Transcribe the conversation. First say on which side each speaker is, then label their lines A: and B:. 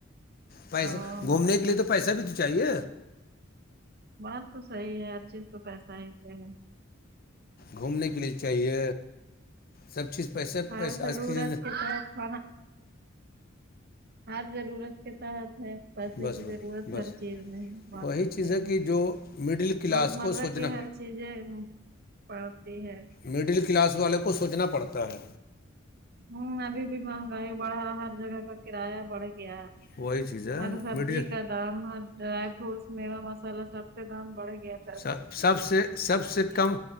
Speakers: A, on the left (about 50°); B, on the right (about 50°).
A: پیسے
B: ہاں
A: گھومنے
B: ہو
A: کے لیے
B: بس
A: تو پیسہ بھی تو چاہیے
B: بات تو صحیح ہے ہر چیز تو پیسہ ہیتے ہیں
A: گھومنے کے لیے چاہیے سب چیز پیسے
B: ہر
A: پیسے
B: ضرورت
A: آج کی
B: کے تحت کھانا ہر ضرورت کے تحت ہے پیسے
A: بس
B: کی ضرورت
A: بس
B: ہر چیز میں ہے بات
A: وہی چیز
B: رہحی ہے
A: کہ جو مڈل کلاس
B: روز مرہ
A: کو سوچنا
B: کے ہر چیزیں پڑتی ہے
A: مڈل کلاس والے کو سوچنا پڑتا ہے
B: ہوں ابھی بھی مہنگائی بڑھا ہر جگہ کا کرایہ بڑھ گیا
A: وہی چیز ہے
B: ہر سبزی
A: مڈل
B: کا دام ہر ڈرائی فروٹس میوا مسالا سب کے دام بڑھ گیا تھا
A: سب سب سے سب سے کم